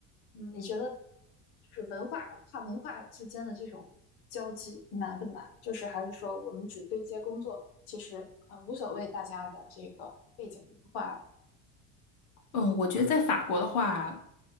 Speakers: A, on the left; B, on the left.
A: 嗯，你觉得就是文化跨文化之间的这种交际难不难？就是还是说我们只对接工作，其实呃无所谓大家的这个背景文化的。
B: <laughs> 嗯，我觉得在法国的话，